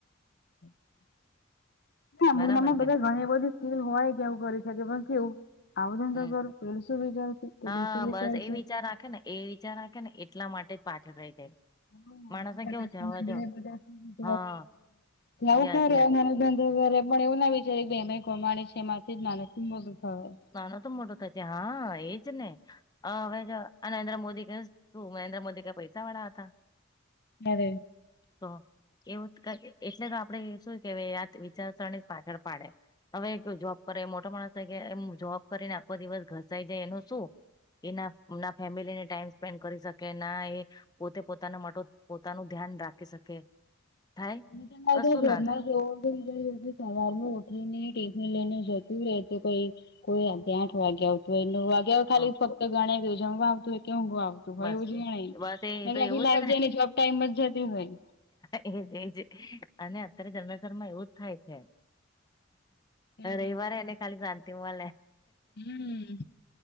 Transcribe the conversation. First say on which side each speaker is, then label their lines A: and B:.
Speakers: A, on the left; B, on the left.
A: <inaudible> ના
B: બરાબર
A: અમુક
B: કે
A: બધા ઘણી બધી સ્કીલ હોય કે એવું કરી શકે પણ કેવું. આવઉધંગ
B: હમ
A: કરર પલસું બી ખલશે તેલસું
B: હા
A: બી
B: બસ
A: કેલશે.
B: એ વિચાર રાખે ને. એ વિચાર રાખે ને એટલા માટે જ પાછળ રહી જાય.
A: હમ
B: માણસને
A: સગા
B: કેવું છે
A: સબંધીઓ
B: હવે જો
A: બધા. <unintelligible>
B: હા
A: પણ
B: યસ યસ
A: એવું ના વિચારી કે એ કો માણે છે એમાંથી જ માણસ મોટો થયો એમ.
B: નાનો તો મોટો થશે હા એજ ને હ હવે. આ નરેન્દ્ર મોદી ક તું નરેન્દ્ર મોદી કઈ પૈસા વાળા હતા.
A: ના રે.
B: તો એવું એટલે તો આપડે શું કે આયા વિચારસરણી જ પાછળ પાડે. હવે ક જોબ કરે મોટો માણસ થાય કે એમ જોબ કરીને આખો દિવસ ઘસાઈ જાય એનું શું. એના ના ફેમિલી ને ટાઈમ સ્પેન્ડ કરી શકે ના એ પોતે પોતાના માટે પોતાનું ધ્યાન રાખી શકે થાય
A: તો
B: કશું
A: મધ
B: ના
A: જમાંવ
B: થાય
A: <unintelligible> ઈ સવાર ઉઠીને ટિફિન લઈને જતુ રહેત કોઈ કોઈ આજે આઠ વાગે આવતું હોય નવ વાગે ખાલી
B: હ
A: ફક્ત ગણ ગયું જમવા આવું હોય કે ઉઘવા આવતું હોય
B: બસ
A: એવું જ ઈન
B: બસ એ
A: ત્યારે
B: તો
A: આખી
B: એવું
A: લાઈફ
B: છે ને
A: જાયને જોબ ટાઈમ જ જતી હોય
B: એજ અને અત્યારે જમેસરમાં એવું જ થાય છે
A: ત્યારે
B: રવિવારે એને ખાલી રાતે મલે
A: હમ